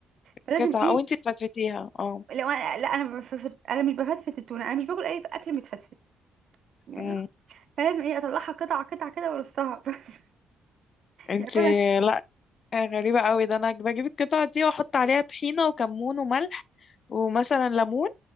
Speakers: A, on the right; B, on the left.
A: فلازم
B: قطعة
A: ايه
B: او انتي تفتفتيها اه
A: لو انا لا انا بفت... انا مش بفتفت التونه انا مش باكل اي اكل متفتفت يعني
B: امم
A: فلازم ايه اطلعها قطع قطع كده وارصها <laughs>
B: انتي
A: يعني أكلها.
B: لا آه، غريبة قوي ده انا بجيب القطعة دي واحط عليها طحينة وكمون وملح ومثلا ليمون